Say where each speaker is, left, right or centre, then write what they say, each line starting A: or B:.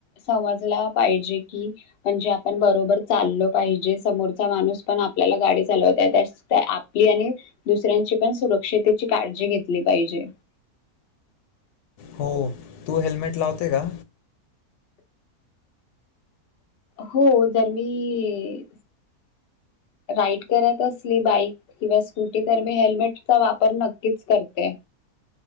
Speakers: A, on the left; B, on the left.
A: समजला पाहिजे की म्हणजे आपण बरोबर चाललो पाहिजे समोरचा माणूस पण आपल्याला गाडी चालवत आहे त्यासाठी आपली आणि दुसऱ्यांची पण सुरक्षितेची काळजी घेतली पाहिजे.
B: हो, तू हेल्मेट लावते का?
A: हो जर मी राईड करत असली बाईक किंवा स्कूटी तर मी हेल्मेटचा वापर नक्कीच करते.